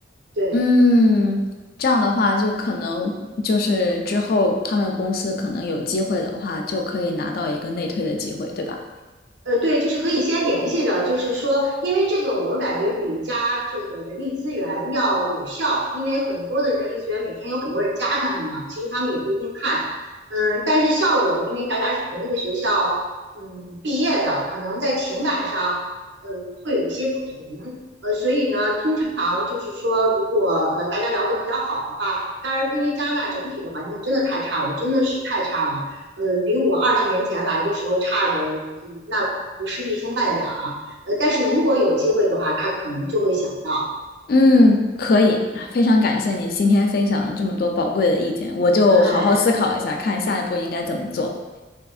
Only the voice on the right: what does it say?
对。
呃，对，就是可以先联系着，就是说，因为这个我感觉比加这个人力资源要有效，因为很多的人力资源每天有很多人加他们嘛，其实他们也不一定看，嗯，但是校友因为大家是同一个学校，嗯，毕业的，可能在情感上，呃，会有一些不同，呃，所以呢，通常就是说，如果呃大家聊得比较好的话，当然，因为加拿大整体的环境真的太差了，真的是太差了，呃，比我二十年前来的时候差的，嗯，那不是一星半点儿啊。呃，但是如果有机会的话，他可能就会想到，
哎，